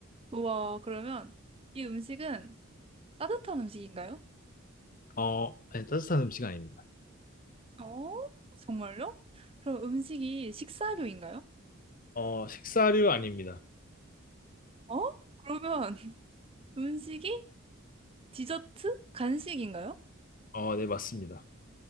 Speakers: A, on the right; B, on the left.
A: 우와, 그러면 이 음식은 따뜻한 음식인가요?
B: 어, 네, 따뜻한 음식 아닙니다.
A: 어, 정말요? 그럼 음식이 식사류인가요?
B: 어, 식사류 아닙니다.
A: 어? 그러면 <laughs> 음식이 디저트? 간식인가요?
B: 어, 네, 맞습니다.